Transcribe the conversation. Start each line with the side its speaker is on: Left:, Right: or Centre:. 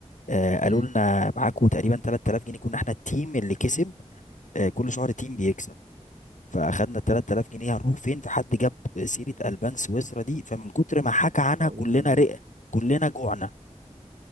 Left: آه، قالوا
Right: امم
Left: لنا معاكم تقريبا 3000 جنيه كنا احنا التيم اللي كسب آه، كل شهر تيم بيكسب فاخدنا 3000 جنيه هنروح فين فحد جاب سيره البان سويسرا دي فمن كتر ما حكى عنها
Right: فقلنا
Left: كلنا
Right: نروح
Left: رقة كلنا جوعنا